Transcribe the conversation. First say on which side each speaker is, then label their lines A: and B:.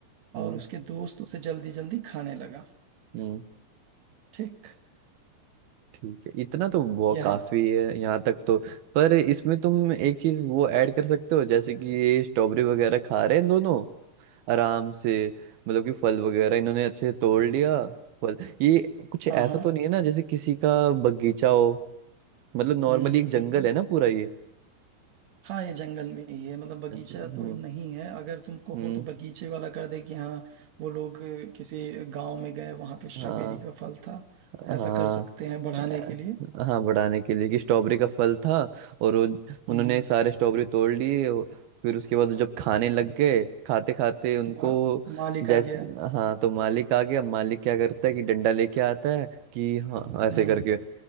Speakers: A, on the right; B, on the right.
A: हम्म
B: और उसके दोस्त उसे जल्दी जल्दी खाने लगा
A: हम्म,
B: ठीक
A: ठीक है इतना तो वो
B: यहाँ
A: काफी है यहाँ तक तो पर इसमें तुम एक चीज वो ऐड कर सकते हो जैसे कि ये स्ट्रॉबेरी वगैरह खा रहे हैं दोनों आराम से मतलब कि फल वगैरह इन्होंने अच्छे से तोड़ लिया फल ये कुछ
B: हाँ
A: ऐसा
B: हाँ
A: तो नहीं है ना जैसे किसी का बगीचा हो मतलब नॉर्मली
B: हम्म हम्म
A: एक जंगल
B: हम्म
A: है ना पूरा ये
B: हाँ ये जंगल में ही है मतलब बगीचा
A: अच्छा, हम्म
B: तो नहीं है अगर तुम कहो
A: हम्म
B: तो बगीचे वाला कर दे कि हाँ वो लोग अ, किसी गांव में गए वहां पे स्ट्रॉबेरी
A: हाँ
B: का फल था
A: हाँ
B: ऐसा कर सकते हैं बढ़ाने
A: अ,
B: के लिए
A: हाँ बढ़ाने के लिए कि स्ट्रॉबेरी का फल था और वो उन्होंने
B: हम्म हम्म।
A: सारे स्ट्रॉबेरी तोड़ लिए वो- फिर उसके बाद जब खाने लग गए खाते खाते उनको
B: मा, मालिक
A: जैसे
B: आ गया
A: हाँ तो मालिक आ गया मालिक क्या करता है कि डंडा लेके आता है कि हाँ हाँ, ऐसे
B: हम्म
A: करके